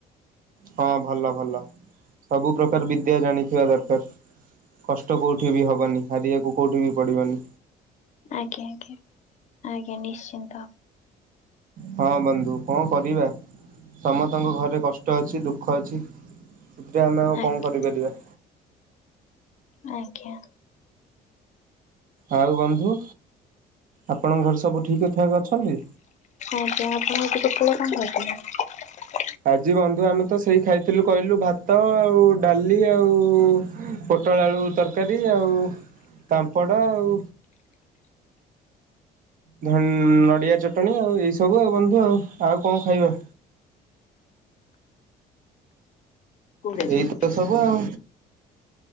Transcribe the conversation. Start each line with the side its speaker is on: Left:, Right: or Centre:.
Right: ହଁ ଭଲ ଭଲ ସବୁପ୍ରକାର ବିଦ୍ୟା ଜାଣିଥିବା ଦରକାର୍ କଷ୍ଟ କୋଉଠି ବି ହେବାନି ହାରିବାକୁ କୋଉଠୀବି ପଡ଼ିବନି
Left: ଆଜ୍ଞା ଆଜ୍ଞା ଆଜ୍ଞା ନିଶ୍ଚିନ୍ତ
Right: ହଁ ବନ୍ଧୁ କଣ କରିବା ସମତ ଙ୍କ ଘରେ କଷ୍ଟ ଅଛି ଦୁଃଖ ଅଛି ଯେ ଆମେ ଆଉ
Left: ଆଜ୍ଞା
Right: କଣ କରିପାରିବା।
Left: ଆଜ୍ଞା।
Right: ଆଉ ବନ୍ଧୁ ଆପଣଙ୍କ ଘର ସବୁ ଠିକ ଠାକ୍ ଅଛନ୍ତି।
Left: ଆଜ ଯପତିିକ ପୁୁରମ ଅଦା <unintelligible>
Right: ଆଜି ବନ୍ଧୁ ଆମେ ତ ସେଇ ଖାଇଥିଲୁ କହିଲୁ ଭାତ ଆଉ ଡାଲି ଆଉ ପୋଟଳ ଆଳୁ ତରକାରୀ ଆଉ ତାମ୍ପଡ଼ ଆଉ ଧନ୍ ନଡିଆ ଚଟଣିୀ ଆଉ ଏଇ ସବୁ ଆଉ ବନ୍ଧୁ ଆଉ ଙ୍କ ଖାଇବା
Left: କୋଉଠି ଅଛନ୍ତି?
Right: ଏଇତ ତ ସବୁ ଆଉ।